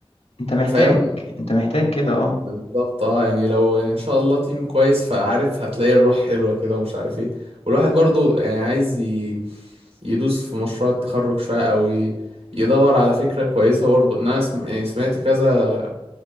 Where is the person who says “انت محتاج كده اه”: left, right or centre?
Left